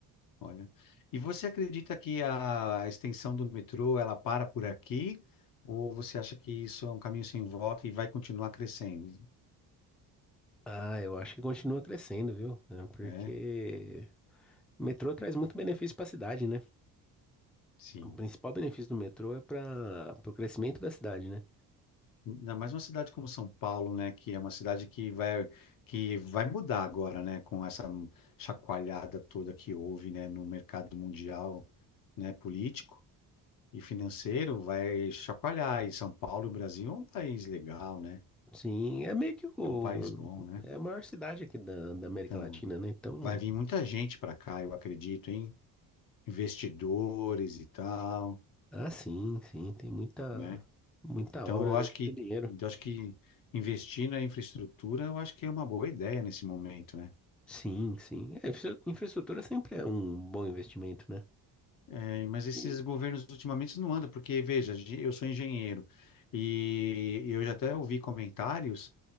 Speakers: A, on the left; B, in the centre.
A: Olha. E você acredita que a extensão do metrô ela para por aqui? Ou você acha que isso é um caminho sem volta e vai continuar crescendo?
B: Ah, eu acho que continua crescendo, viu? É, Porque
A: É,
B: o metrô traz muito benefício para a cidade, né?
A: sim.
B: O principal benefício do metrô é para o crescimento da cidade, né?
A: Ainda mais uma cidade como São Paulo, né, que é uma cidade que vai que vai mudar agora, né, com essa chacoalhada toda que houve, né, no mercado mundial, né, político e financeiro, vai chacoalhar. E São Paulo, o Brasil é um país legal, né?
B: Sim, é meio que o,
A: É um país bom, né?
B: é a maior cidade aqui da, da América
A: Então,
B: Latina, né? Então,
A: vai vir muita gente para cá, eu acredito, hein? Investidores e tal,
B: ah, sim, sim, tem muita,
A: né?
B: muita
A: Então,
B: obra,
A: eu
B: né?
A: acho que
B: Muito dinheiro.
A: eu acho que investir na infraestrutura, eu acho que é uma boa ideia nesse momento, né?
B: Sim, sim. É, infra- infraestrutura sempre é um bom investimento, né?
A: É, mas esses
B: E-
A: governos ultimamente não andam, porque, veja, ge- eu sou engenheiro e eu já até ouvi comentários